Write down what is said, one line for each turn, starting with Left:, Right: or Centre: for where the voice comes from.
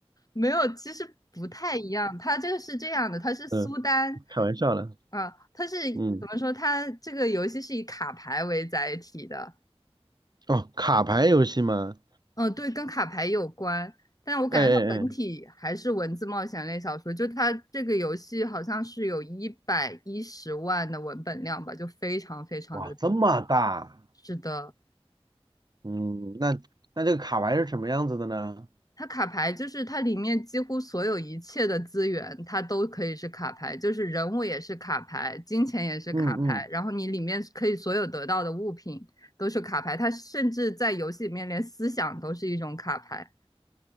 Left: 没有，其实不太一样。他这个是这样的，他是苏丹，
Right: <laughs> 嗯，开玩笑了。
Left: 啊，它是怎么说？
Right: 嗯，
Left: 他这个游戏是以卡牌为载体的，
Right: 哦，卡牌游戏吗？
Left: 嗯呃，对，跟卡牌有关，但我感觉它本体还是文字冒险类小说。
Right: 哎哎哎，
Left: 就它这个游戏好像是有一百一十万的文本量吧，就非常非常的多。
Right: 哇，这么大，
Left: 是的，
Right: 嗯，那那这个卡牌是什么样子的呢？
Left: 它卡牌就是它里面几乎所有一切的资源，它都可以是卡牌，就是人物也是卡牌，金钱也是卡牌，
Right: 嗯嗯，
Left: 然后你里面可以所有得到的物品都是卡牌，它甚至在游戏里面连思想都是一种卡牌。